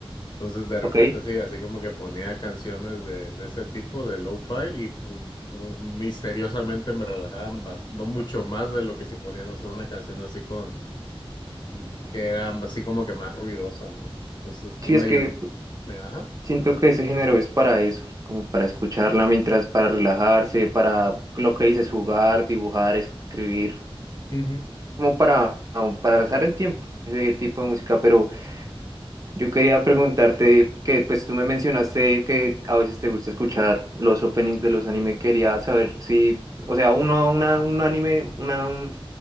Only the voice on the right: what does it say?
Ok.
Sí,
es
que
Siento que ese género es para eso, como para escucharla mientras, para relajarse, para lo que dices, jugar, dibujar, escribir,
como para, para pasar el tiempo, ese tipo de música. Pero yo quería preguntarte que, pues tú me mencionaste que a veces te gusta escuchar los openings de los anime. Quería saber si, o sea, uno, una, un anime, una, un,